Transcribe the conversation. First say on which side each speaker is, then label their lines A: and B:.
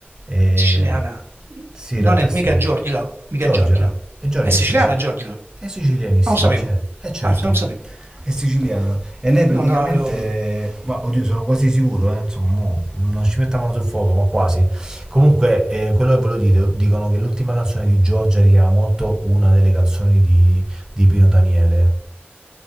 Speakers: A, on the right (about 15°); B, on the right (about 70°).
A: Eh,
B: Siciliana.
A: sì,
B: Non
A: in realtà
B: è mica
A: sì.
B: Giorgia, mica
A: Giorgia.
B: Giorgia.
A: E Giorgia
B: È siciliana
A: è siciliana.
B: Giorgia? Non
A: È sicilianissima,
B: lo sapevo.
A: cioè, è certo.
B: Anzi, non sapevo.
A: È siciliana. E lei praticamente,
B: Non avevo-
A: ma oddio, sono quasi sicuro, eh, insomma, mo non ci mettavano sul fuoco, ma quasi. Comunque, eh, quello che volevo dire, dicono che l'ultima canzone di Giorgia richiama molto una delle canzoni di, di Pino Daniele.